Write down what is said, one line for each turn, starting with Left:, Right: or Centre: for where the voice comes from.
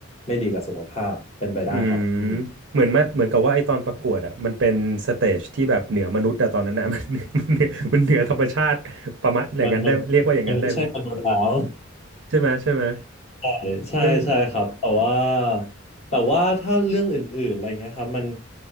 Left: ไม่ดีกับสุขภาพเป็นไปได้ครับอืม
Right: อืมเหมือนมาเหมือนกับว่าไอตอนประกวดอ่ะมันเป็นสเตจที่แบบเหนือมนุษย์อะตอนนั้นอะ <laughs> มันมันเหนือมันเหนือธรรมชาติประมาณอย่างนั้นได้เรียกว่าอย่างนั้นได้ไหม
Left: มันมันมันไม่ใช่มนุษย์แล้ว
Right: ใช่ไหมใช่ไหม
Left: <laughs> ใช่ใช่ใช่ครับแต่ว่า
Right: เฮ้ย
Left: แต่ว่าถ้าเรื่องอื่นๆอะไรเงี้ยครับมัน